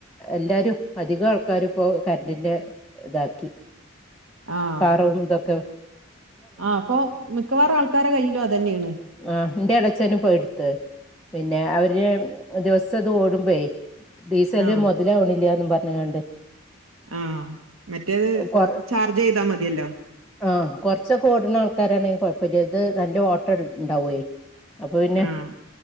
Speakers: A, in the centre; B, on the right (about 85°).
A: എല്ലാരും അധികം ആൾക്കാരും ഇപ്പോ കരന്റിന്റെ ഇതാക്കി
B: ആഹ്
A: കാറും തൊക്കെ
B: ആഹ് അപ്പൊ മിക്കവാറും ആൾക്കാരെ കയ്യില് അതന്നെയാണ്
A: അഹ് എന്റെ എളയച്ഛനും പഹ്‌ ടുത്ത് പിന്നെ അവര് ദിവസം ഇത് ഓടുമ്പോേ ഡീസൽ
B: ആഹ്
A: മൊതലാവണില്ലന്ന് പറഞ്ങ്ങാണ്ട്
B: അഹ് മറ്റേത്
A: കൊർ
B: ചാർജ് ചെയ്താ മതിയല്ലോ
A: ആഹ് കൊർച്ചക്കെ ഓടുന്ന ആൾക്കാരാണെ കൊഴപ്പല്ല ഇത് നല്ല ഓട്ട ണ്ടാവേ അപ്പൊ പിന്നെ
B: ആഹ്